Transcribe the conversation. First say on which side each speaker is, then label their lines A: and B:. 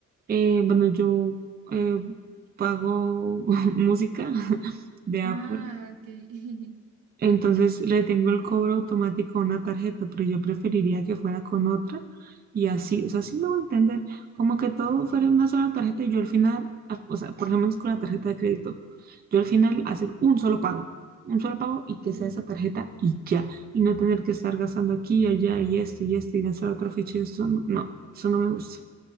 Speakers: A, on the right (about 30°); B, on the right (about 80°).
A: eh, bueno, yo eh, pago <laughs> música <laughs> de Apple
B: Ah, que <laughs>
A: entonces le tengo el cobro automático a una tarjeta, pero yo preferiría que fuera con otra y así, o sea, sí me voy a entender, como que todo
B: Sí, sí,
A: fuera
B: sí.
A: en una sola tarjeta y yo al final, a- o sea, por lo menos con la tarjeta de crédito, yo al final hacer un solo pago, un solo pago y que
B: Uf.
A: sea esa tarjeta y ya, y no tener que estar gastando aquí y allá y esto y esto y gastar otra fecha y esto, no, no, eso no me gusta.